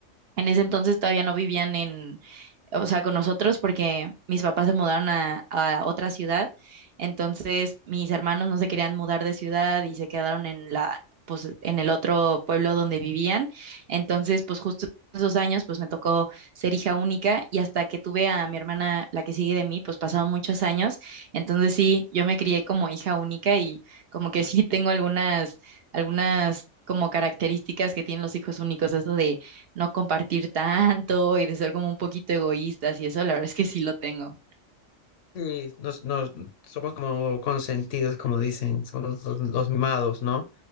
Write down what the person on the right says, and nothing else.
en ese entonces todavía no vivían en, o sea, con nosotros porque mis papás se mudaron a, a otra ciudad. Entonces mis hermanos no se querían mudar de ciudad y se quedaron en la, pues, en el otro pueblo donde vivían. Entonces, pues justo esos años, pues me tocó ser hija única y hasta que tuve a mi hermana, la que sigue de mí, pues pasaron muchos años. Entonces sí, yo me crié como hija única y como que sí tengo algunas, algunas como características que tienen los hijos únicos, eso de no compartir tanto y de ser como un poquito egoístas y eso, la verdad es que sí lo tengo.